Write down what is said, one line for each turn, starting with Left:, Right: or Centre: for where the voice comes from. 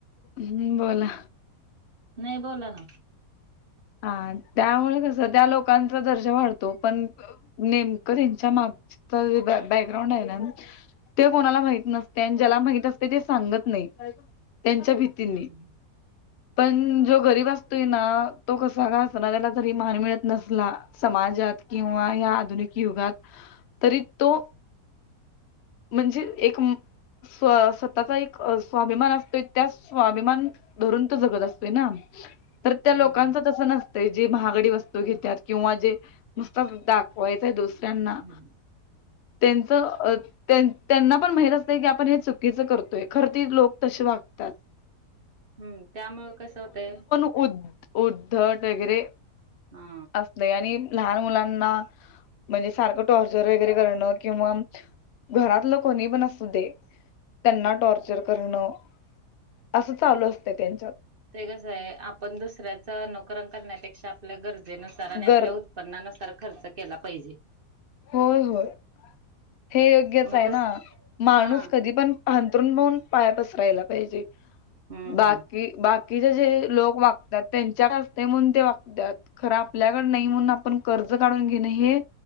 Left: हम् बोला.
Right: नाही बोला ना.
Left: हा त्यामुळे कस त्या लोकांचा दर्जा वाढतो पण नेमकं त्यांच्या मागचं जे बॅकग्राउंड आहे ना ते कोणाला माहित नसतय आणि ज्याला माहित असतय ते सांगत नाही त्यांच्या भीत
Right: हम्म
Left: तिनी पण जो गरीब असतोय ना तो कसा का असंना, त्याला जरी मान मिळत नसला समाजात किंवा या आधुनिक युगात तरी तो म्हणजे एक स्व स्वतःचा एक स्वाभिमान असतोय त्या स्वाभिमान धरून तो जगत असतोय ना तर त्या
Right: हम्म
Left: लोकांच तसं नसतं जे महागडी वस्तू घेतात किंवा जे नुसता दाख वायचंय दुसऱ्यांना
Right: हम्म
Left: त्यांचं त्यांना पण माहित असतंय की आपण हे चुकीचं करतोय खर ती लोक तसे वागतात
Right: हम्म त्यामुळ कस होतय
Left: उद् उद्धट वगैरे
Right: हा.
Left: नही आणि लहान मुलांना म्हणजे सारखं टॉर्चर वगैरे करणं किंवा घरातलं कोणी पण असू दे. त्यांना टॉर्चर करणं असं चालू असतय त्यांच्यात.
Right: ते कसं आहे आपण दुसऱ्याचा अनुकरण करण्यापेक्षा आपल्या गरजेनुसार आणि आपल्या
Left: गर
Right: ऊत उत्पन्नानुसार खर्च केला पाहिजे.
Left: होय होय हे योग्यच
Right: मग
Left: आहे
Right: तस
Left: ना माणूस
Right: हा
Left: कधी पण अंथरून पाहून पाय पसरायला पाहिजे
Right: हम्म
Left: बाकी
Right: हम्म
Left: बाकीचे जे लोक वागतात त्यांच्या असते म्हून ते वागतात खरं आपल्याकड नाही म्हणून आपण कर्ज काढून घेणं हे